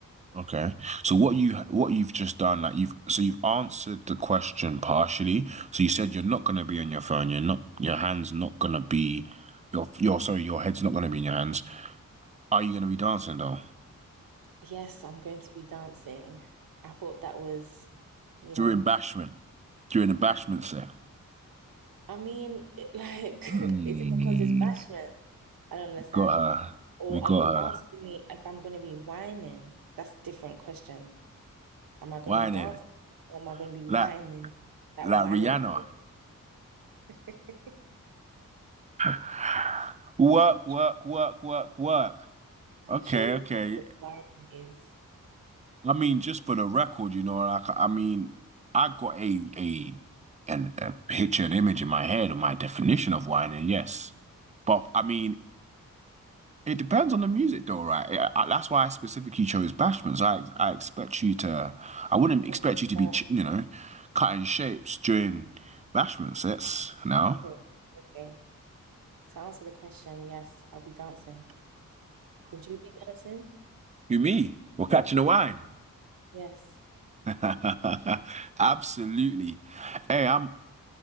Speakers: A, on the right; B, on the right.
A: Okay. So what you what you've just done, like you've so you've answered the question partially. So you said you're not gonna be on your phone. You're not. Your hands not gonna be. Your your sorry. Your head's not gonna be in your hands. Are you gonna be dancing though
B: Yes, I'm going to be dancing. I thought that was, you
A: during
B: know,
A: bashment? During the bashment set?
B: I mean, it, like,
A: Hmm.
B: <laughs> is it because it's bashment? I don't understand.
A: Got her.
B: Or
A: We got
B: are you
A: her
B: asking me if I'm going to be whining? That's a different question. Am I going
A: whining.
B: to be dancing or am I going to be whining?
A: Like
B: Like
A: like
B: whining.
A: Rihanna.
B: my way?
A: <sighs> Work,
B: <laughs>
A: work, work, work, work.
B: I'm
A: Okay,
B: sure you
A: okay.
B: know what wiring is.
A: I mean, just for the record, you know, like I mean, I got a a an a picture, an image in my head of my definition of wine, and yes, but I mean, it depends on the music, though, right? I, I- that's why I specifically chose Bashmans. I I expect you to, I wouldn't expect
B: Okay,
A: you to
B: so,
A: be, ch- you know, cutting shapes during Bashmans. That's now.
B: okay, okay. To answer the question, yes, I'll be dancing. Would you be dancing?
A: You me? We're catching the wine.
B: Yes.
A: <laughs> Absolutely. Hey, I'm